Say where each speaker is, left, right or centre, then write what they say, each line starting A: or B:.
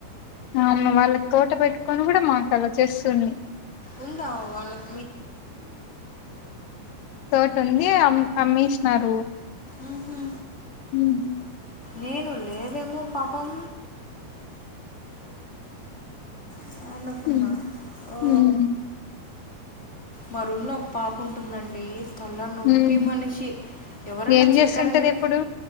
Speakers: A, on the left (about 75°); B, on the left (about 20°).
A: అమ వాళ్ళకి తోట పెట్టుకొని కూడా మాకు అలా చేస్తుంది
B: ఉందా వాళ్ళకు
A: తోట ఉంది అమ్ అమ్మీసినారు
B: ఊహూ
A: హ్మ్
B: నేను లేదేమో పాపం అని అనుకున్నా
A: హ్మ్
B: ఆ
A: హ్మ్
B: మా రూమ్ లో ఒక పాప ఉంటుందండి తల్ల నొప్పి
A: హ్మ్
B: మనిషి ఎవరన్నా
A: ఏం
B: చెక్కరండి
A: చేస్తుంటది ఇప్పుడు